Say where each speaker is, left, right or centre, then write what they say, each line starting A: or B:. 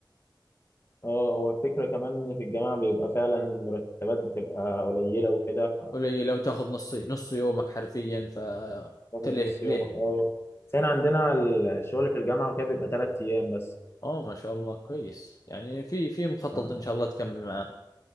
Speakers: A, on the left; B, on the left.
A: اه هو الفكره كمان ان في الجامعه بيبقى فعلا مرتبات بتبقى قليله وكده
B: قليلة وتاخذ نص نص يومك حرفيا فانت
A: فتاخد
B: ليه
A: نص يومك
B: ليه
A: اه بس احنا عندنا الشغل في الجامعه وكده بيبقى ثلاث ايام بس
B: اه ما شاء الله كويس يعني في في مخطط
A: ف-
B: ان شاء الله تكمل معاه